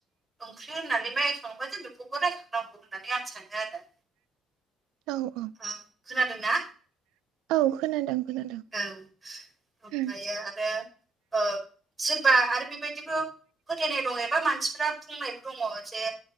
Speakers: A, on the right; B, on the right.
A: ओंर्खि होननानै माइ जों बेखौबो रायखांनांगौ होननानै आं सानो आरो ना
B: औ औ
A: उम खोनादों ना
B: औ खोनादों खोनादों
A: औ ओमफ्रायो
B: उम
A: आरो ओ सोरबा आरो बेबायदिबो फोथायनाय दङ एबा मानसिफ्रा बुंनायबो दङ जे